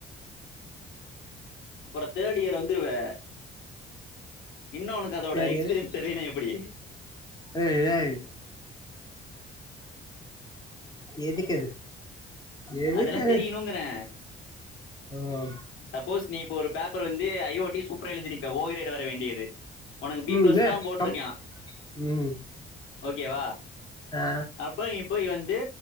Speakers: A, on the left; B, on the left.
A: அப்புறோ தேர்டு இயிர் வந்துருவே இன்னூ அவனுக் அதோடைய்
B: தேர்ட்
A: எக்ஸ்பிரியன்ஸ்
B: இயரு
A: தெர்லேனா எப்டி
B: ஏய் ஏய் எதுக்கது எதுக்கது
A: அதெல்லா தெரிய்ணூங்கறே
B: ஆ
A: சப்போஸ் நீ இப் இப்போ ஒரு பேப்பரு வந்து ஐ ஓ ட்டி சூப்பர எழுதிருக்க ஓ கிரேடு வர வேண்டியெது உனக்கு பி
B: ம்
A: பிளஸ்
B: டேய்
A: தா போட்டுருக்கியா
B: கம் ம்
A: ஓகேவா
B: ஆ
A: அப்பொய் இப்பொய் வந்து